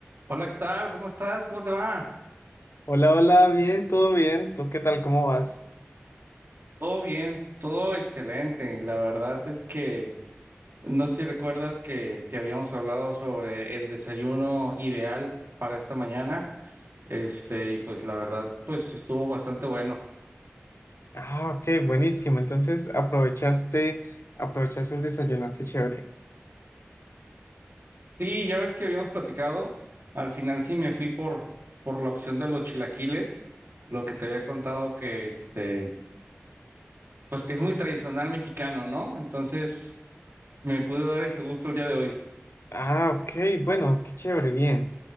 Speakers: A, on the right; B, on the left.
A: Hola, ¿qué tal? ¿Cómo estás? ¿Cómo te va?
B: Hola, hola, bien, todo bien. ¿Tú qué tal? ¿Cómo vas?
A: Todo bien, todo excelente. La verdad es que no sé si recuerdas que, que habíamos hablado sobre el desayuno ideal para esta mañana. Este, y pues la verdad, pues estuvo bastante bueno.
B: Ah, ok, buenísimo. Entonces, aprovechaste, aprovechaste el desayuno, qué chévere.
A: Sí, ya ves que habíamos platicado. Al final sí me fui por, por la opción de los chilaquiles, lo que te había contado que este, pues que es muy tradicional mexicano, ¿no? Entonces me pude dar ese gusto el día de hoy.
B: Ah, ok, bueno, qué chévere, bien.